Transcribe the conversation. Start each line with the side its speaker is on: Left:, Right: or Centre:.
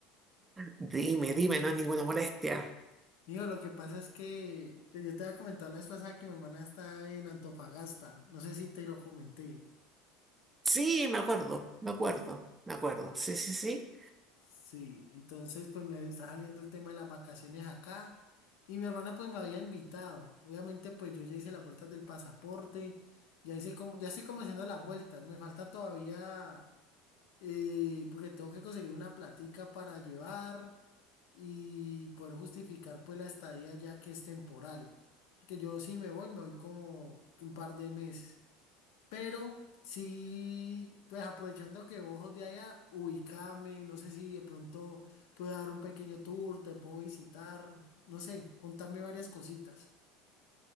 Right: Dime, dime, no es ninguna molestia.
Left: Mijo, lo que pasa es que que yo te había comentado la vez pasada que mi hermana está en Antofagasta. No sé si te lo comenté.
Right: Sí, me acuerdo, me acuerdo, me acuerdo. Sí, sí, sí.
Left: Sí, entonces pues me está saliendo el tema de las vacaciones acá. Y mi hermana pues me había invitado. Obviamente pues yo ya hice las vueltas del pasaporte. Ya hice como, ya estoy como haciendo las vueltas. Me falta todavía. eh, porque tengo que conseguir una platica para llevar y poder justificar pues la estadía ya que es temporal. Porque yo sí me voy, me voy como un par de meses. Pero sí, pues aprovechando que vos sos de allá, ubícame no sé si de pronto puedo dar un pequeño tour, te puedo visitar, no sé, contame varias cositas.